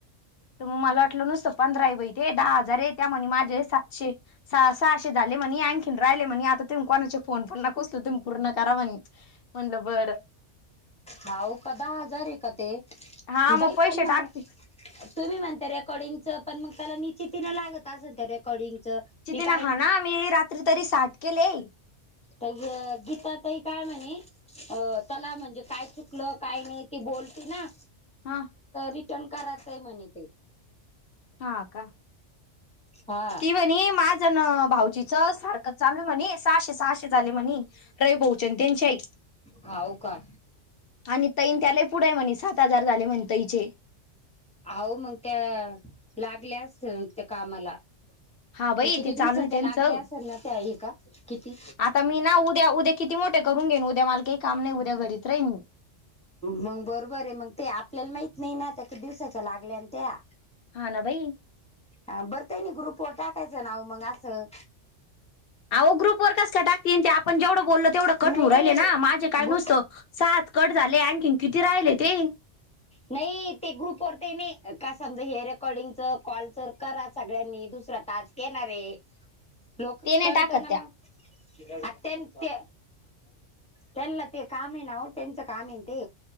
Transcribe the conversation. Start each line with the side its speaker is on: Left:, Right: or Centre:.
Left: तर मग मला वाटलं नुसतं पंधरा आहे बै ते दहा हजार आहे. त्या म्हने माझे हे सातशे सहा- सहाशे झाले म्हणे, आणखी राहिले म्हणे आता तुम्ही कोणाचे फोन पण नका उचलू, तुम्ही पूर्ण करा म्हणे, म्हटलं बर.
Centre: हाऊ का दहा हजार आहे का तें,?
Left: हा मग
Centre: बाई
Left: पैसे
Centre: पण मंग
Left: टाकते
Centre: तुम्ही म्हणता रेकॉर्डिंग च पण मग त्याला निश्ितीने लागत असल त्या रेकॉर्डिंगचं.
Left: निश्चिती
Centre: ती कारण
Left: ने हा ना, मी रात्री तरी साठ केले.
Centre: तर गीता ताई काय म्हणे अ त्याला म्हणजे, काय चुकलं काय नाही ती बोलती ना.
Left: हा.
Centre: रिटर्न कराच म्हणे ते.
Left: हा का
Centre: हा
Left: ती म्हणी माझ न भाऊजी चल सारखं चालू म्हणे सहाशे, सहाशे, झाले म्हणे रविभाऊ चे आणि त्यांच्याही.
Centre: हो का?
Left: आणि तईन त्या लय पुढे म्हणे, सात हजार झाले म्हणे तईचे.
Centre: आहो मग त्या लागल्या असतील त्या कामाला.
Left: हा बाई
Centre: त्या किती
Left: ते
Centre: दिवसाच्या
Left: चालू आहे त्यांचं
Centre: लागल्या असल ना त्या एका? किती?
Left: आता मी ना उद्या उद्या किती मोठे करून घेईन, उद्या माल काही काम नाही उद्या घरीच राहिन मी.
Centre: मग बरोबर आहे. मग ते आपल्याला माहित नाही ना त्या किती दिवसाच्या लागल्यात त्या?
Left: हा ना बाई.
Centre: हा बर त्याणी ग्रुपवर टाकायचं नाव मंग असं
Left: हा ग्रुप वर कस काय टाकतील, ते आपण जेवढं बोललो तेवढं कट
Centre: नाही
Left: होऊ राहिले ना, माझे काय
Centre: गु
Left: नुसतं सात कट झाले, आणखीन किती राहिले ते?
Centre: नाही ते ग्रुपवर ते न्ये, का समजा हे रेकॉर्डिंगच कॉलच करा सगळ्यांनी दुसरा टास्क येणार हे, लोक
Left: ते नाही
Centre: कळत
Left: टाकत
Centre: ना
Left: त्या
Centre: मग. अटत्य. तेनला ते कामं हे ना वो तेचं काम आहे ना ते.